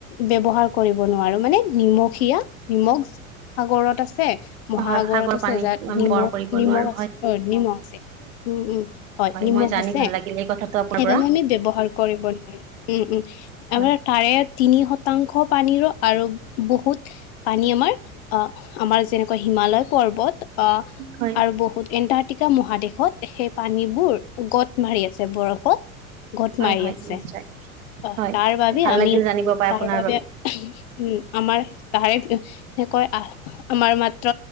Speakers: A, on the left (about 50°); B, on the right (about 65°).
A: ব্যৱহাৰ কৰিব নোৱাৰো মানে নিমখীয়া নিমখ সাগৰত আছে আছে মহাসাগৰত
B: হয় সাগৰ
A: আছে
B: পানী
A: যাত
B: আমি
A: নিমখ
B: ব্যৱহাৰ কৰিব
A: নিমখ
B: নোৱাৰো
A: আছে
B: হয়
A: অ নিমখ আছে উম উম হয় নিমখ
B: মই জানি
A: আছে
B: ভাল লাগিল এই কথাটো আপোনাৰ
A: সেইবাবে
B: পৰা
A: আমি ব্যৱহাৰ কৰিব নোৱাৰিম উম উম আমাৰ
B: হয়
A: তাৰে তিনি শতাংশ পানীৰো আৰু বহুত পানী আমাৰ অ আমাৰ যেনেকুৱা হিমালয় পৰ্বত অ
B: হয়
A: আৰু বহুত এণ্টাৰ্টিকা মহাদেশ ত সেই পানীবোৰ গত মাৰি আছে বৰফত গত
B: হয়
A: মাৰি
B: হয়
A: আছে
B: নিশ্চয়
A: অ
B: হয়
A: তাৰ বাবে
B: ভাল
A: আমি
B: লাগিল জানিব পাই
A: তাৰ
B: আপোনাৰ
A: বাবে উম আমাৰ তাৰে সনেকৈ অহ আমাৰ মাত্ৰ